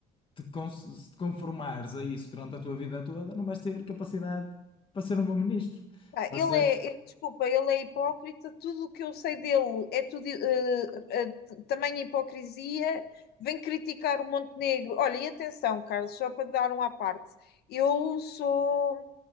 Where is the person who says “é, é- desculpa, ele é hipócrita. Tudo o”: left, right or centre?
Left